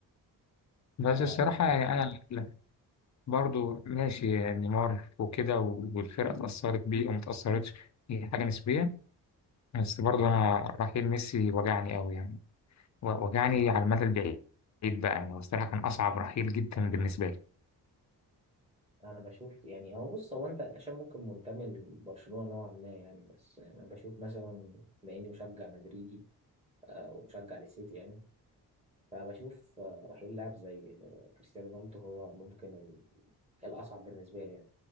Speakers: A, on the left (about 45°); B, on the right (about 15°).
A: بس
B: فانا
A: الصراحة يعني أنا لا، برضو ماشي يعني نيمار وكده و- والفرقة اتأثرت بيه وما اتأثرتش هي حاجة نسبية بس برضو أنا رحيل ميسي وجعني أوي يعني و- وجعني على المدى البعيد بقى يعني الصراحة كان أصعب رحيل جدا بالنسبة لي
B: بشوف يعني هو بص هو انت انت عشان ممكن منتمي لبرشلونه نوعا ما يعني بس يعني انا بشوف مثلا بما اني مشجع مدريدي آه، ومشجع للسيتي يعني فبشوف آه، رحيل لاعب زي آه، كريستيانو رونالدو هو ممكن ال- الاصعب بالنسبه لي يعني